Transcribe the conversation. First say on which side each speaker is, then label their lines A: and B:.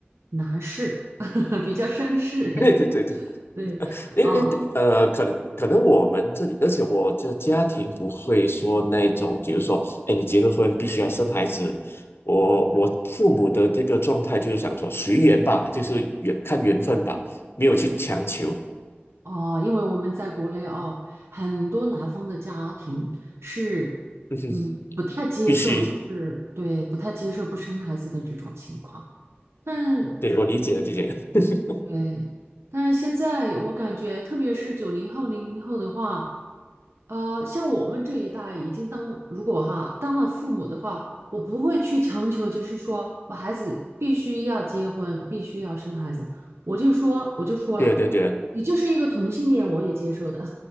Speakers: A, on the right (about 75°); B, on the left (about 65°).
A: 男士，<laughs> 比较绅士。
B: 对对对对
A: <laughs> 对，
B: 诶诶，
A: 啊、
B: 对呃，可能可能我们这里，而且我的家庭不会说那种，比如说，哎，你结了婚必须要生孩子。我我父母的这个状态就是想说随缘吧，就是缘看缘分吧，没有去强求，
A: 哦，因为我们在国内哦，很多南方的家庭是，
B: <laughs>
A: 嗯，不太接受，
B: 必须。
A: 就是对，不太接受不生孩子的这种情况。但
B: 对，我理解了，理解了。<laughs>
A: 对，但是现在我感觉，特别是九零后、零零后的话。呃，像我们这一代已经当，如果哈当了父母的话，我不会去强求，就是说我孩子必须要结婚，必须要生孩子。我就说，我就说了，
B: 对啊，对啊对啊。
A: 你就是一个同性恋，我也接受的，